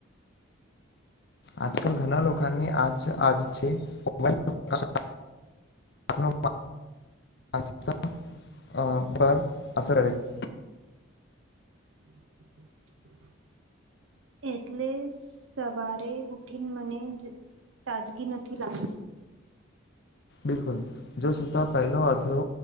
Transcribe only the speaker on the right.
<inaudible> એટલે, સવારે ઉઠીને મને જ તાજગી નથી લાગતી.